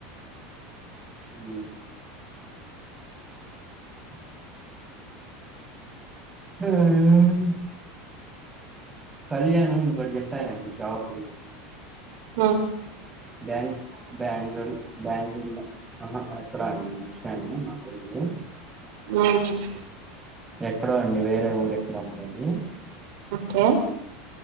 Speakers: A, on the right; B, on the right.
A: హ్మ కళ్యాణ్ ఇంకోటి చెప్పాడు అండి జాబు
B: హ్మ
A: బ్యాంక్ బ్యాంగ బెంగుళూరు లో ఆహా ఎక్కడ అండి మర్చిపోయాను నాకు తెలియదు
B: ఉమ్
A: ఎక్కడో అండి వేరే ఊరు ఎక్కడో ఉన్నారు మ్మ్
B: ఓకే